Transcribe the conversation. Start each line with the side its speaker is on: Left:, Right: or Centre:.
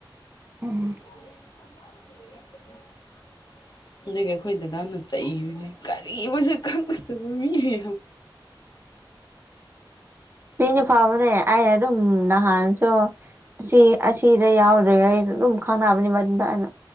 Right: ꯎꯝ
Left: <inaudible> ꯑꯗꯒꯤ ꯑꯩꯈꯣꯏ ꯗꯗꯥꯅ ꯆꯩꯁꯦ ꯀꯔꯤ ꯑꯃꯁꯁꯨ ꯈꯪꯅꯗꯕ ꯃꯤꯒꯦ
Right: ꯃꯤꯅ ꯐꯕꯅꯦ ꯑꯩꯅ ꯑꯗꯨꯝ ꯅꯍꯥꯟꯁꯨ ꯁꯣ ꯑꯁꯤ ꯑꯁꯤꯗ ꯌꯥꯎꯗ꯭ꯔꯦ ꯑꯩ ꯑꯗꯨꯝ ꯈꯪꯅꯕꯅꯤ ꯃ ꯇ ꯑꯅ